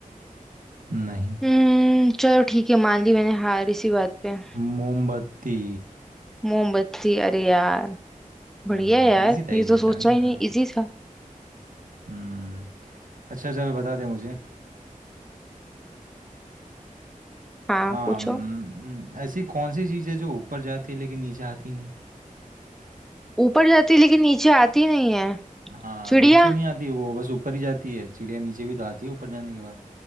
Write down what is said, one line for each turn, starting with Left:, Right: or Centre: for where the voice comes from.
Right: नहीं
Centre: हम्म चलो ठीक है मान ली मैंने हार इसी बात पे
Right: मोमबत्ती
Centre: मोमबत्ती अरे यार बढ़िया
Right: हम्म
Centre: है यार
Right: इजी था
Centre: ये
Right: इजी
Centre: तो सोचना
Right: था नहीं
Centre: ही
Right: हाँ
Centre: नहीं इजी था
Right: हम्म अच्छा चल बता दे मुझे
Centre: हाँ
Right: हाँ
Centre: पूछो
Right: हम्म, ऐसी कौन सी चीज़ है जो ऊपर जाती है लेकिन नीचे आती नहीं
Centre: ऊपर जाती लेकिन नीचे आती नहीं है
Right: हाँ
Centre: चिड़िया
Right: नीचे नहीं आती वो बस ऊपर ही जाती है चिड़िया नीचे भी तो आती है ऊपर जाने के बाद